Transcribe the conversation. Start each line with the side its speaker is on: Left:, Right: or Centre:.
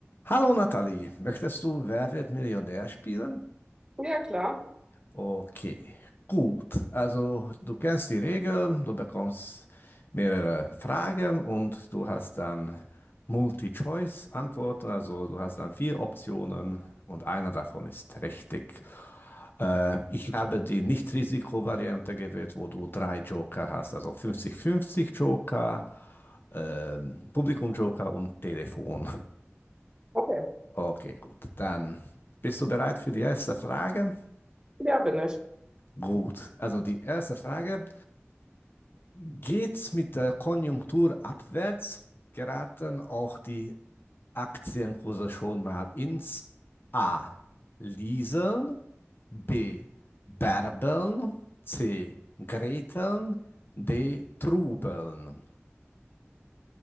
Left: Hallo Nathalie, möchtest du Wer wird Millionär spielen?
Right: Ja, klar.
Left: Okay, gut. Also du kennst die Regeln, du bekommst mehrere Fragen und du hast dann Multi-Choice-Antworten, also du hast dann vier Optionen und einer davon ist richtig. Äh, ich habe die Nicht-Risiko-Variante gewählt, wo du drei Joker hast, also fünfzig-fünfzig Joker, ähm, Publikum-Joker und Telefon.
Right: Okay.
Left: Okay, gut. Dann bist du bereit für die erste Frage?
Right: Ja, bin ich.
Left: Gut. Also die erste Frage. Geht's mit der Konjunktur abwärts? Geraten auch die Aktienkurse schon mal ins A. Lieseln, B. Bärbeln, C. Greteln, D. Trubeln.